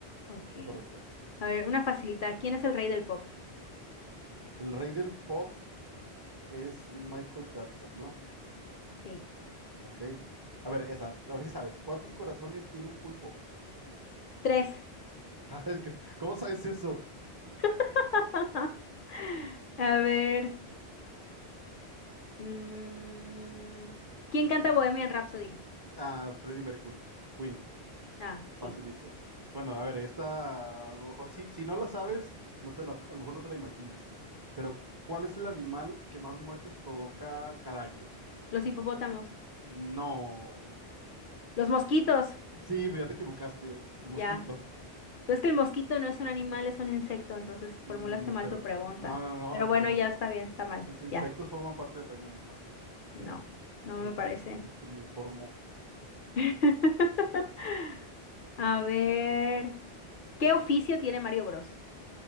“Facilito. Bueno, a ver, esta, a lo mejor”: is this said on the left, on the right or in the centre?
Right